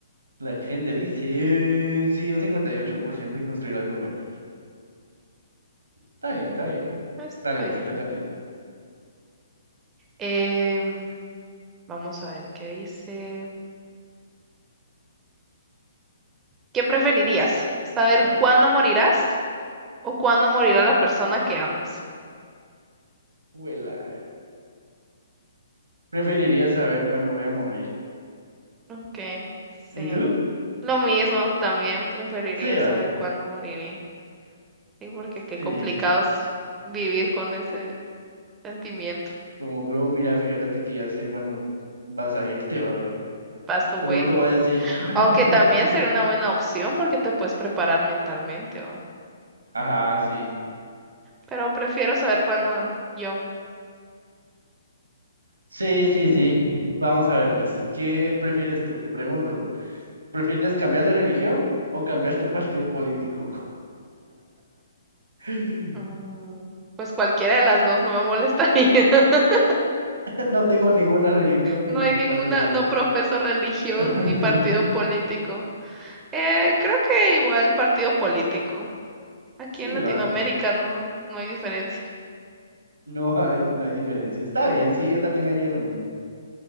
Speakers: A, on the right; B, on the right.
A: La gente dice, sí, un 58% en construir algo bueno. Está bien, está bien.
B: Está
A: Dale, pues,
B: bien.
A: se toca a ti.
B: Em, vamos a ver qué dice. ¿Qué preferirías? ¿Saber
A: A ver.
B: cuándo morirás o cuándo morirá la persona que amas?
A: Huela. Preferiría saber cuándo voy a morir.
B: Ok, sí.
A: ¿Y tú?
B: Lo mismo, también preferiría
A: Sí, va.
B: saber cuándo moriré. Sí, porque qué
A: Sí.
B: complicado es vivir con ese sentimiento.
A: Como, bro, mira, fíjate que ya sé cuándo vas a irte, va, bro.
B: Passed away.
A: Pero no te voy a decir. <laughs>
B: Aunque también sería una buena opción porque te puedes preparar mentalmente, ¿va?
A: Ajá, sí.
B: Pero prefiero saber cuándo yo.
A: Sí, sí, sí. Vamos a ver, pues, ¿qué prefieres tú? Te pregunto. ¿Prefieres cambiar de religión o cambiar tu partido político? <laughs>
B: Mm, pues cualquiera de las dos no me molestaría. <laughs>
A: No tengo ninguna religión
B: No
A: ni ningún
B: hay ninguna,
A: partido político.
B: no profeso religión
A: <laughs>
B: ni partido político. Eh, creo que igual partido político. Aquí
A: Sí,
B: en Latinoamérica
A: va.
B: no, no hay diferencia.
A: No hay, no hay diferencia. Está bien, sí, yo también haría lo mismo.